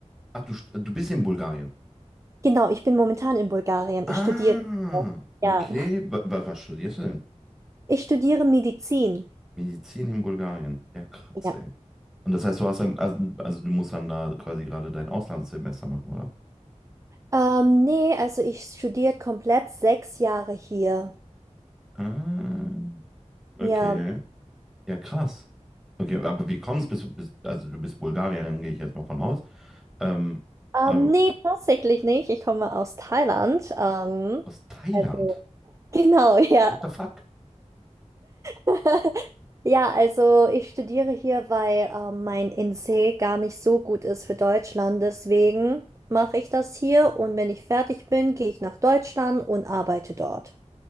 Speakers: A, in the centre; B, on the right.
A: Ach, du, st- du bist in Bulgarien.
B: Genau, ich bin momentan in Bulgarien.
A: Ah,
B: Ich studiere. Ja,
A: okay. Wa- wa- was studierst du denn?
B: ich studiere Medizin.
A: Medizin in Bulgarien. Ja, krass,
B: Ja.
A: ey. Und das heißt, du hast dann, also, also du musst dann da quasi gerade dein Auslandssemester machen, oder?
B: Ähm, nee, also ich studiere komplett sechs Jahre hier.
A: Ah, okay.
B: Ja.
A: Ja, krass. Okay, aber wie kommst bis, bis, also du bist Bulgarierin, gehe ich jetzt mal von aus. Ähm,
B: Ähm,
A: aber
B: nee, tatsächlich nicht. Ich komme aus Thailand. Ähm,
A: aus Thailand?
B: also, genau, ja.
A: What the fuck?
B: <laughs> Ja, also ich studiere hier, weil ähm, mein NC gar nicht so gut ist für Deutschland. Deswegen mache ich das hier und wenn ich fertig bin, gehe ich nach Deutschland und arbeite dort.